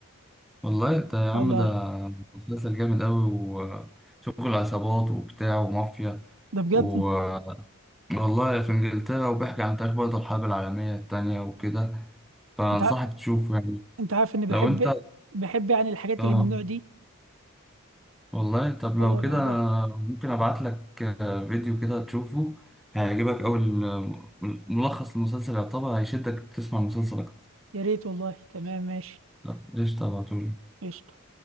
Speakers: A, in the centre; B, on the right (about 65°).
A: والله ده يا عم
B: والله
A: ده مسلسل جامد أوي وشغل عصابات وبتاع ومافيا
B: ده بجد
A: و... والله في إنجلترا وبيحكي عن تاريخ برضه الحرب العالمية التانية وكده فأنصحك
B: انت ع-
A: تشوفه يعني
B: انت عارف اني بحب
A: لو أنت
B: بحب يعني الحاجات
A: آه
B: اللي من النوع دي
A: والله طب لو
B: والله
A: كده
B: بحبها
A: ممكن أبعت لك فيديو كده تشوفه هيعجبك أوي ال- ملخص المسلسل يعتبر هيشدك تسمع المسلسل أكتر
B: يا ريت والله تمام ماشي
A: لا، قشطة أبعتهولك
B: قشطه